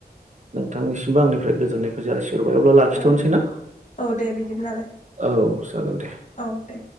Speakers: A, on the right (about 45°); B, on the left (about 45°).
A: नोंथांनिसिमबो आंनिफ्राय गोजोननायखौ जासिहरबाय। अब्ला लाखिथ'नोसै
B: औ
A: ना?
B: औ दे बिदिब्लालाय
A: औ जागोन दे।
B: औ दे